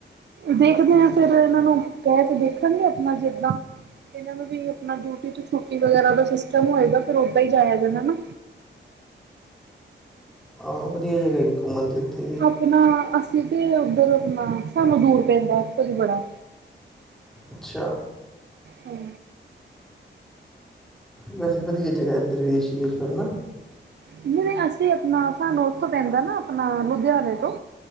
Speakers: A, on the right; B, in the centre.
A: ਦੇਖਦੇ ਹਾਂ ਫੋਰ ਇਹਨਾਂ ਨੂੰ ਕਹਿ ਕੇ ਦੇਖਣਗੇ ਆਪਣਾ ਜਿੱਦਾਂ ਇਹਨਾਂ ਨੂੰ ਵੀ ਆਪਣਾ ਡਿਊਟੀ ਤੋਂ ਛੁੱਟੀ ਵਗੈਰਾ ਦਾ ਸਿਸਟਮ ਹੋਏਗਾ, ਫੇਰ ਉੱਦਾਂ ਹੀ ਜਾਇਆ ਜਾਣਾ ਨਾ
B: ਹਾਂ ਵਧੀਆ ਜਗ੍ਹਾ ਹੈਗੀ ਘੁੰਮਣ ਦੀ ਉਥੇ।
A: ਅਪਣਾ ਅਸੀਂ ਤੇ ਉੱਧਰ ਆਪਣਾ ਸਾਨੂੰ ਦੂਰ ਪੈਂਦਾ ਕੁਝ ਬੜਾ
B: ਅੱਛਾ
A: ਹਮ
B: ਵੈਸੇ ਵਧੀਆ ਜਗ੍ਹਾ ਰਿਸ਼ੀਕੇਸ਼ ਵੱਲ ਨਾ
A: ਜਿ ਅਸੀਂ ਆਪਣਾ ਸਾਨੂੰ ਉਥ ਤੋਂ ਪੈਂਦਾ ਨਾ ਆਪਣਾ ਲੁਧਿਆਣੇ ਤੋਂ